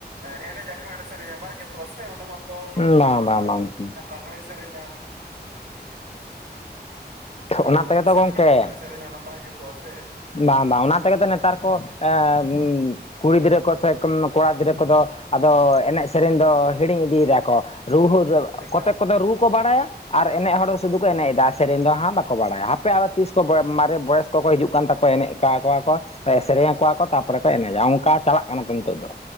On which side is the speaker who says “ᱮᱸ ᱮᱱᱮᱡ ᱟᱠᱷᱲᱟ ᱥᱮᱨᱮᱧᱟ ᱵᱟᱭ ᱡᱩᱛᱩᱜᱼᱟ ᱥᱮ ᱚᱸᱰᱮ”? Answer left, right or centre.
Right